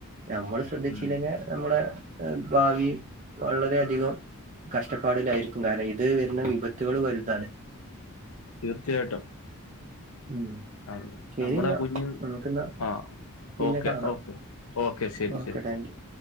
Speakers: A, on the right (about 35°); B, on the left (about 70°).
A: നമ്മള് ശ്രദ്ധിച്ചില്ലെങ്കി
B: ഉം
A: നമ്മളെ ഭാവി വളരെ അധികം. കഷ്ടപ്പാടിലായിരിക്കും. കാരണം ഇത് വര്ന വിപത്തുകള് വൽതാണ്.
B: തീർച്ചയായിട്ടും.
A: ഉം
B: ആ,
A: ശരി
B: നമ്മുടെ
A: ന്നാ
B: കുഞ്ഞ്
A: നമ്മുക്കിന്നാ-
B: ആ
A: പിന്നെ
B: ഓക്കെ
A: കാണാം
B: ഓക്കെ ഓക്കെ ശരി
A: ഓക്കെ
B: ശരി
A: താങ്ക്യൂ-